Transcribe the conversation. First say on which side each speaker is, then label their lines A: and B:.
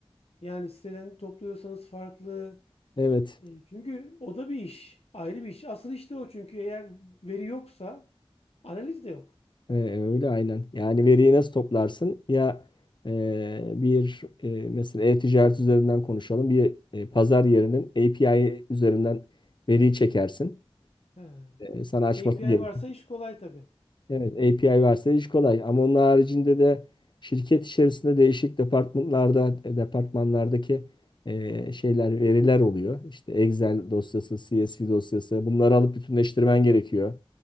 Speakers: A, on the left (about 85°); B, on the left (about 50°).
A: yani siteden topluyorsanız farklı.
B: evet.
A: E, çünkü o da bir iş. Ayrı bir iş. Asıl iş de o çünkü eğer veri yoksa analiz de yok.
B: Ee, öyle aynen. Yani veriyi nasıl toplarsın? Ya e, bir e, mesela e-ticaret üzerinden konuşalım. Bir e, pazar yerinin API üzerinden veriyi çekersin.
A: He.
B: E, sana açması
A: API
B: gerekir.
A: varsa iş kolay tabii.
B: Evet, API varsa iş kolay. Ama onun haricinde de şirket içerisinde değişik departmanlarda, e, departmanlardaki e, şeyler, veriler oluyor. İşte Excel dosyası, CSV dosyası. Bunları alıp bütünleştirmen gerekiyor.